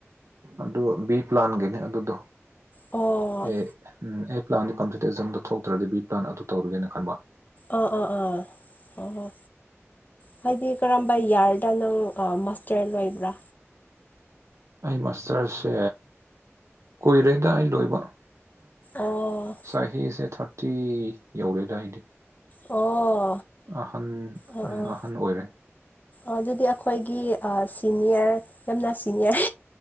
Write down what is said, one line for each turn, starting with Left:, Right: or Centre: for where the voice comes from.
Right: ꯑꯗꯨ ꯕꯤ ꯄ꯭ꯂꯥꯟꯒꯤꯅꯦ ꯑꯗꯨꯗꯣ
Left: ꯑꯣ
Right: ꯑꯦ ꯑꯦ ꯄ꯭ꯂꯥꯟꯗꯤ ꯀꯝꯄ꯭ꯌꯨꯇꯤꯖꯝꯗ ꯊꯣꯛꯇ꯭ꯔꯗꯤ ꯕꯤ ꯄ꯭ꯂꯥꯟ ꯑꯗꯨ ꯇꯧꯔꯨꯒꯦꯅ ꯈꯟꯕ
Left: ꯑꯣ ꯑꯣ ꯑꯥ ꯑꯣ ꯍꯥꯏꯗꯤ ꯀꯔꯝꯕ ꯌꯥꯔꯗ ꯅꯪ ꯃꯥꯁꯇꯔ ꯂꯣꯏꯕ꯭ꯔꯥ
Right: ꯑꯩ ꯃꯥꯁꯇꯔꯁꯦ ꯀꯣꯏꯔꯦꯗ ꯑꯩ ꯂꯣꯏꯕ
Left: ꯑꯣ
Right: ꯆꯍꯤꯁꯦ ꯊꯥꯔꯇꯤ ꯌꯧꯔꯦꯗ ꯑꯩꯗꯤ
Left: ꯑꯣ
Right: ꯑꯍꯟ
Left: ꯑꯣ ꯑꯣ
Right: ꯑꯍꯟ ꯑꯣꯏꯔꯦ
Left: ꯑꯗꯨꯗꯤ ꯑꯩꯈꯣꯏꯒꯤ ꯁꯤꯅꯤꯌꯔ ꯌꯥꯝꯅ ꯁꯤꯅꯤꯌꯔ